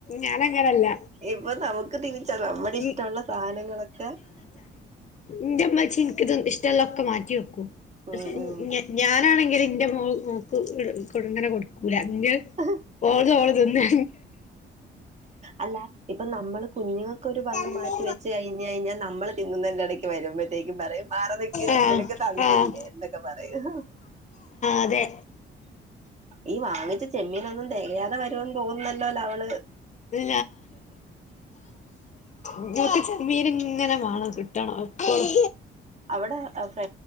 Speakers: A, on the left; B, on the right.
A: ഞാനങ്ങനല്ല
B: ഇപ്പൊ നമുക്ക് തിരിച്ച നമ്മുടെ ഇഷ്ടമുള്ള
A: ഇ
B: സാനങ്ങളൊക്കെ
A: എന്റെ ഇമ്മ്ച്ചി എനക്ക് ഇത് ഇഷ്ടള്ള ഒക്കെ മാറ്റി വെക്കും
B: ഉം
A: പക്ഷെ ഇ
B: ഉം
A: ഞാനാണെങ്കിൽ ഇന്റെ മോ മോക്ക് കൊ ട്ങ്ങനെ കൊടുക്കൂല എങ്കിൽ
B: ആഹ്
A: ഓൾത് ഓള് തിന്ന്
B: അല്ല ഇപ്പൊ നമ്മള് കുഞ്ഞുങ്ങ ക്ക് ഒരു പങ്ക്
A: ആഹ്
B: മാറ്റി വെച്ച് കഴിഞ്ഞയ്ഞ്ഞാ നമ്മള് തിന്നുന്നതിന്റെ ഇടയ്ക്ക് വരുമ്പ അപ്പത്തെക്കും പറയും മാറി നിക്ക്
A: ആഹ്
B: നിനക്ക് തന്നില്ലേ
A: ആഹ്
B: എന്നൊക്കെ പറയും
A: അതെ
B: ഈ വാങ്ങിച്ച ചെമ്മീനൊന്നും തികയാതെ വരുമെന്ന് തോന്നല്ലല്ലോ അവള്
A: <unintelligible> ങ്ങക്ക് ചെമ്മീൻ ഇങ്ങനെ മാണം കിട്ടണം എപ്പളും
B: അവിടെ ഫ്ര